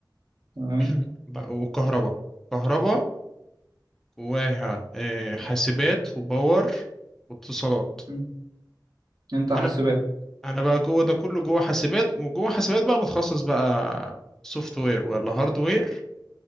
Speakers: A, on the right; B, in the centre.
A: تمام
B: <clears throat> بقى- وكهرباء كهرباء جواها آه، حاسبات وباور واتصالات
A: مم. انت حاسبات
B: انا انا بقى جوه ده كله جوه حاسبات وجوه حاسبات بقى بتخصص بقى سوفت وير ولا هارد وير